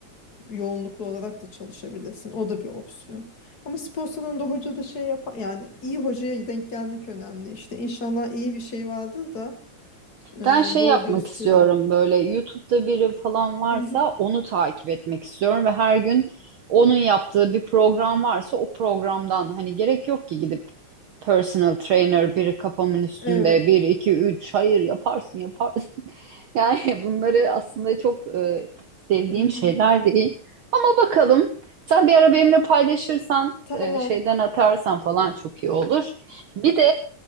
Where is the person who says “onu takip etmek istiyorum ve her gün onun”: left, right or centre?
Right